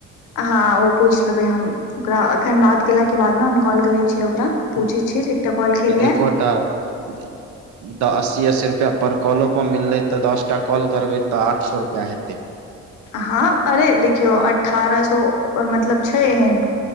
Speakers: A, on the left (about 80°); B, on the right (about 70°).
A: हँ ओ पूछि लेबै हम ओकरा एखन बात केलाके बाद नऽ हम कॉल करै छियै ओकरा पुछै छियै जे एकटा कॉल केलियै
B: एकोटा <inaudible> अस्सी अस्सी रुपैआ पर कॉलो पर मिललै तऽ दस टा कॉल करबै तऽ आठ सौ रुपैआ हेतै
A: हँ अरे देखियौ अठारह सौ मतलब छै एहेन